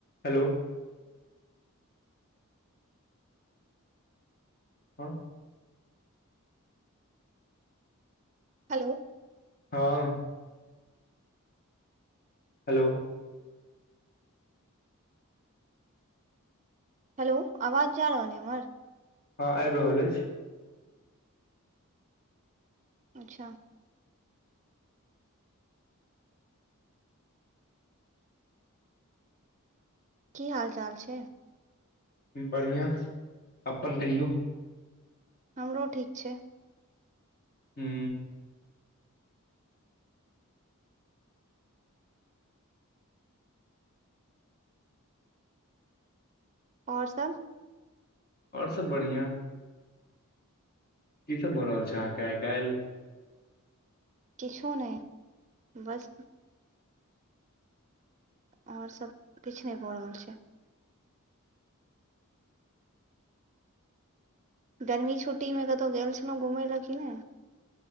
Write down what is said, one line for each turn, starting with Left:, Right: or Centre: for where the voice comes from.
Left: हेलो हँ
Right: हेलो
Left: हँ हेलो
Right: हेलो आवाज जा रहल है हमर
Left: हँ आबि रहल अछि
Right: अच्छा की हाल चाल छै
Left: बढ़िआँ अपन कहियौ
Right: हमरो ठीक छै
Left: हू
Right: आओर सभ
Left: आओर सभ बढ़िआँ की सभ भऽ रहल छै अहाँके आइ काल्हि
Right: किछु नहि बस आओर सभ किछ नहि भऽ रहल छै गर्मी छुट्टी में कत्तौ गेल छलहुँ घूमय ल कि नहि